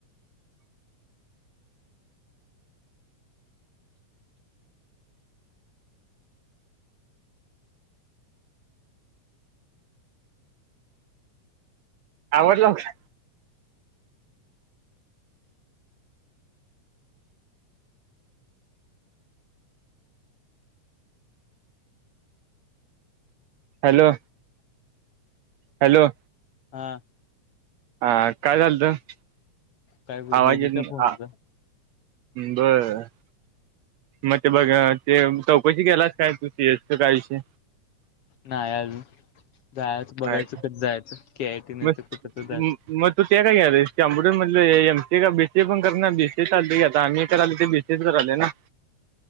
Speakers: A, on the right; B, on the left.
A: आवडला का हॅलो. हॅलो.
B: हां.
A: हा काय झालंत
B: काय ग
A: आवाज
B: दिदीचा
A: येत ना.
B: फोनचा
A: बर. मग ते बघ ते चौकशी केलास काय तू सी एस च काय विषय
B: नाही अजून जायच बघायचं
A: नाही
B: कस जायचं के आय टी नंतर
A: मग
B: कुठ तर जायचं.
A: मग तू ते का घ्यायलस कॅम्प्युटर मधलं एम सी का बीसीए पण कर ना बीसीए चालतय की आम्ही करालोय ते बी तेचरा आले ना